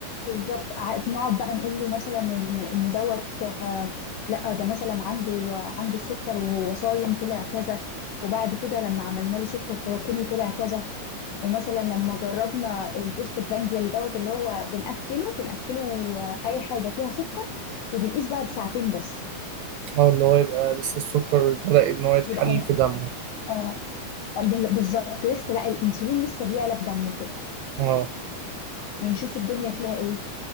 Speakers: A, on the left (about 85°); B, on the right (about 80°).
A: بالظبط ع- نقعد بقى نقول له مثلا ان ان دوت آه، لا ده مثلا عنده عنده سكر وهو صايم طلع كذا وبعد كده لما عملنا له سكر تراكمي طلع كذا ومثلا لما جربنا البوست برانديال دوت اللي هو بنأكله بنأكله آه، اي حاجه فيها سكر وبنقيس بعد ساعتين بس
B: اه اللي هو يبقى لسه السكر بدأ ان هو يتحلل
A: يبقى
B: في دمه
A: اه بال- بالظبط لسه لا الانسولين لسه بيعلى في دمه كده
B: اه
A: ونشوف الدنيا فيها ايه